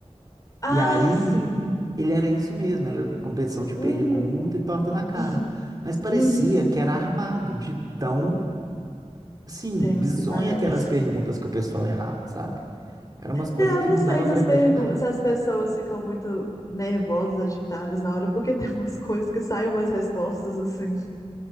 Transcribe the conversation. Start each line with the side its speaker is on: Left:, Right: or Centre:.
Left: Ah,
Right: E aí,
Left: sim.
Right: ele era isso mesmo, era competição de pergunta
Left: Uhum.
Right: e torta na cara.
Left: Hum.
Right: Mas parecia
Left: Uhum.
Right: que era armado, de tão, assim,
Left: Tem uns
Right: bizonha
Left: que parecem.
Right: aquelas perguntas que o pessoal errava, sabe? Eram umas coisas
Left: É, eu
Right: que
Left: não
Right: não
Left: sei
Right: dava
Left: se
Right: para
Left: as,
Right: imaginar.
Left: pergu- se as pessoas ficam muito nervosas, agitadas na hora, porque tem umas coisas que saem umas respostas assim,